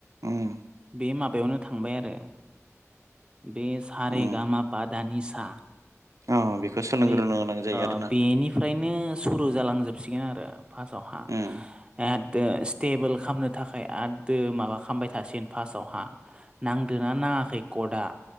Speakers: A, on the right; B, on the right.
A: ओम
B: बे माबायावनो थांबाय आरो बे सारे
A: उम
B: बादा निसा
A: अ बेखौ सोलोंग्रोनो
B: नै
A: गोनां जायो
B: ओ
A: आरोना
B: बेनि फ्रारायनो सुरु जालांजोबसिगोन आरो फार्टावहा
A: उम
B: एददो टेबोल खामनो थाखाय आददो माबा खामबाय थासिगोन फार्स्टआवहा। नांदोना नाङाखै कडआ